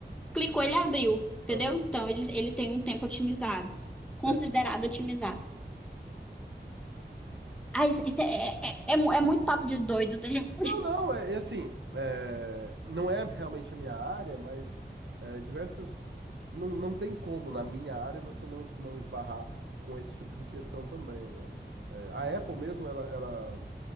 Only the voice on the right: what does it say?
aham,
certo.
Não, não, é, é assim, é, não é realmente a minha área, mas é, diversos... Não, não tem como, na minha área, você não, não esbarrar com esse tipo de questão também, né? É, a Apple mesmo, ela, ela, o